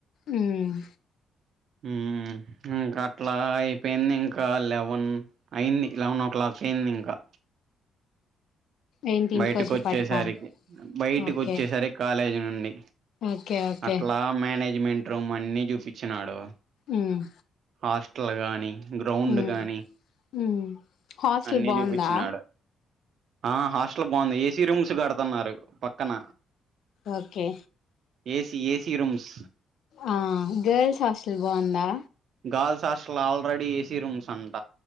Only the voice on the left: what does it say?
ఉమ్మ్
ఏంటి ఇంటికొచ్చేపాటికా
ఓకే
ఓకే ఓకే
ఉమ్మ్
ఉమ్
ఉమ్ హాస్టల్
బాగుందా
ఓకే
ఆ గర్ల్స్ హాస్టల్ బాగుందా